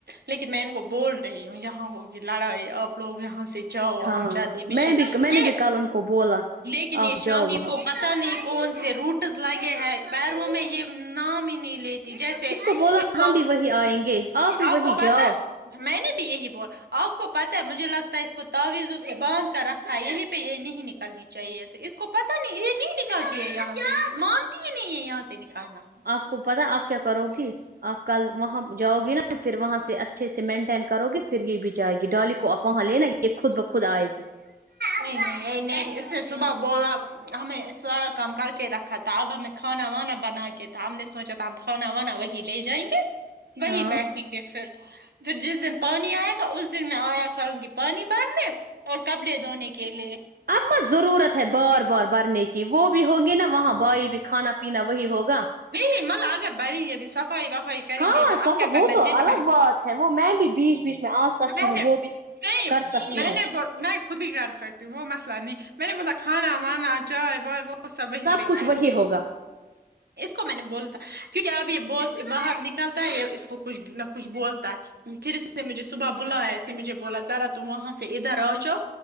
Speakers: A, on the right (about 85°); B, on the right (about 65°).
A: لیکن میں گو بول رہی ہوں یہاں ہوگ لڑائی اب لوگ یہاں سے جاؤ
B: ہاں
A: ہم جاتے مشین
B: میں بھی میں نے بھی کل ان کو بولا
A: لیکن
B: آپ
A: یہ
B: جاؤ وہاں
A: پتہ نہیں کون سے روٹس لگے ہیں پیروں میں یہ نام ہی نہیں لیتے جیسے
B: اس کو بولا
A: ایکو
B: ہم بھی وہی آئیں گے بھی
A: آپ
B: وہی
A: کو پتا
B: جاؤ
A: ہے میں نے بھی یہی بولا آپ کو پتہ ہے مجھے لگتا ہے اس کو تاویزوں سے باندھ کر رکھا ہے یہیں پہ یہ نہیں نکلنی چاہیے اس کو پتا نہیں یہ نہیں نکلتی ہے یہاں سے مانتی ہی نہیں ہے یہاں سے نکلنا
B: آپ کو پتا آپ کیا کرو گی آپ کل وہاں جاؤ گی نا پھر وہاں سے اچھے سے مینٹین کرو گے پھر یہ بھی جائے گی ڈالی کو افواہ لینا یہ خود بخود آئے گی
A: نہیں نہیں نہیں نہیں اس نے صبح بولا ہمیں سارا کام کر کے رکھا تھا اب ہمیں کھانا وانا بنا کے تھا ہم نے سوچا ہم کھانا وانا وہی لے جائیں گے وہی
B: ہاں
A: بیٹھیں گے پھر تو پھر جس دن پانی آئے گا اس دن میں آیا کروں گی پانی بھرنے اور کپڑے دونے کے لیے
B: اب مت ضرورت ہے بار بار بھرنے کی وہ بھی ہوں گی نا وہاں بھائی بھی کھانا پینا وہی ہوگا
A: نہیں مل اکر بیٹھ گئی ابھی صفائی وفائی کریں
B: ہاں
A: گے بھی
B: سفا
A: اب کیا کرنا
B: وہ
A: ہے
B: تو
A: دن
B: الگ
A: میں
B: بات ہے وہ میں بھی بیچ بیچ میں آ سکتی
A: میں
B: ہوں
A: نے
B: وہ بھی
A: نہیں
B: کر سکتی
A: میں
B: ہوں
A: نے بو میں خود ہی کر سکتی ہوں وہ مسئلہ نہیں میں نے مطب کھانا وانا چائے وائے وہ سب ہی پےکاری
B: کچھ وہی ہوگا
A: اس کو میں نے بولتا کیونکہ اب یہ بول باہر نکلتا ہے اس کو کچھ نہ کچھ بولتا ہے پھر اس نے مجھے صبح بلایا اس نے مجھے بولا ذرا تم وہاں سے ادھر آ جاؤ